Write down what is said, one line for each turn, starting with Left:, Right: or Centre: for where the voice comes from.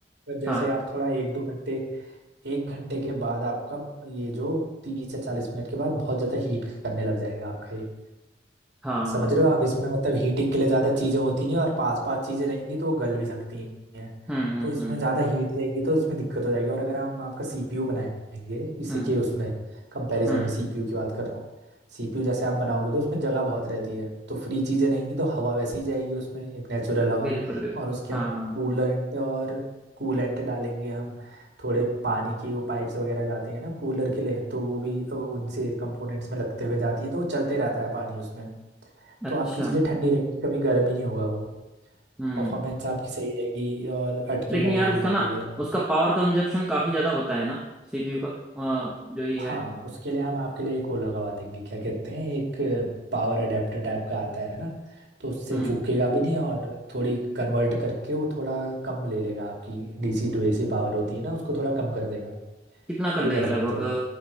Right: पर जैसे
Centre: हाँ
Right: आप थोड़ा एक दो घंटे एक घंटे के बाद आपका ये जो तीस या चालीस मिनट के बाद बहुत ज़्यादा हीट करने लग जाएगा आपका ये
Centre: हाँ
Right: समझ
Centre: हाँ,
Right: रहे हो आप इसमें मतलब हीटिंग के लिए ज़्यादा चीज़ें होती नहीं और पास पास चीज़ें रहेंगी तो वो गल भी सकती हैं
Centre: हम्म हम्म
Right: तो इसमें
Centre: हम्म
Right: ज़्यादा हीट रहेगी तो इसमें दिक्कत हो जाएगी और अगर हम आपका सीपीयू बनाएंगे इसी
Centre: हम्म
Right: के उसमें कंपैरिजन
Centre: हम्म,
Right: में सीपीयू की बात कर रहा हूँ सीपीयू जैसे आप बनाओगे तो उसमें जगह बहुत रहती है तो फ्री चीज़ें रहेंगी तो हवा वैसे ही जाएगी उसमें एक नेचुरल हवा
Centre: बिल्कुल बिल्कुल
Right: और उसके
Centre: हाँ
Right: अंदर
Centre: हाँ
Right: कूलेंट और कूलेंट डालेंगे हम थोड़े पानी की वो पाइप्स वगैरह जाते हैं ना कूलर के लिए तो वो भी अ, उनसे कंपोनेंट्स में लगते हुए जाती है तो वो चलते रहता है पानी उसमें
Centre: अच्छा
Right: तो आपकी चीज़ें ठंडी रहेंगी कभी गर्म ही नहीं होगा वो
Centre: हम्म
Right: परफॉर्मेंस आपकी सही रहेगी और अटकेगा
Centre: लेकिन यार
Right: नहीं
Centre: उसका
Right: गेम
Centre: ना
Right: वगैरह
Centre: उसका पावर कंजप्शन काफ़ी ज़्यादा होता है ना सीपीयू का अ, जो ये
Right: हाँ
Centre: है
Right: उसके लिए हम आपके लिए एक वो लगवा देंगे क्या कहते हैं एक पावर अडेप्टर टाइप का आता है ना तो उससे
Centre: हम्म
Right: फूकेगा भी नहीं और थोड़ी कन्वर्ट करके वो थोड़ा कम ले लेगा आपकी डीसी टू एसी पावर होती है ना उसको थोड़ा कम कर देगा
Centre: कितना कर
Right: ये
Centre: देगा
Right: कर
Centre: लगभग
Right: सकते हैं हम